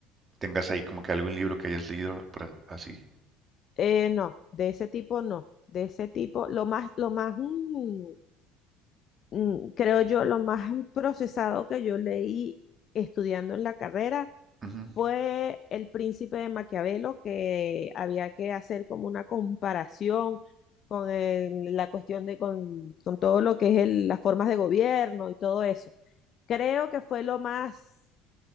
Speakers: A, on the right; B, on the left.
A: tengas ahí como que algún libro que hayas leído por así.
B: Eh, no, de ese tipo no. De ese tipo, lo más, lo más, mm, mm, creo yo, lo más <laughs> procesado que yo leí estudiando en la carrera
A: Ujú.
B: fue El Príncipe de Maquiavelo, que había que hacer como una comparación con el- la cuestión de, con, con todo lo que es el- las formas de gobierno y todo eso. Creo que fue lo más,